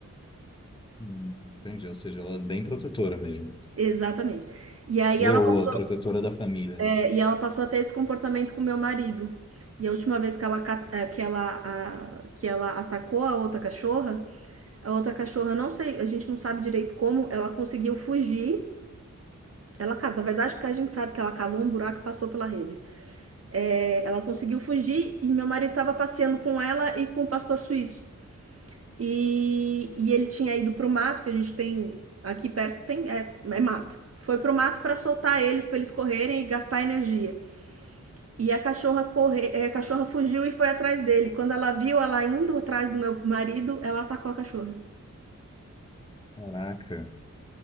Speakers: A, on the left (about 15°); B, on the right (about 50°).
A: Hum, Entendi, ou seja, ela é bem protetora mesmo.
B: Exatamente. E aí ela
A: Leoa,
B: passou,
A: protetora da família.
B: é, e ela passou a ter esse comportamento com meu marido. E a última vez que ela, ca- eh, que ela, a- que ela atacou a outra cachorra, a outra cachorra, não sei, a gente não sabe direito como, ela conseguiu fugir. Ela, ca- na verdade, que a gente sabe que ela cavou um buraco e passou pela rede. É, ela conseguiu fugir e meu marido estava passeando com ela e com o pastor suíço. E, e ele tinha ido para o mato, que a gente tem aqui perto, tem é, é mato. Foi para o mato para soltar eles, para eles correrem e gastar energia. E a cachorra corre, é, a cachorra fugiu e foi atrás dele. Quando ela viu ela indo atrás do meu marido, ela atacou a cachorra.
A: Caraca.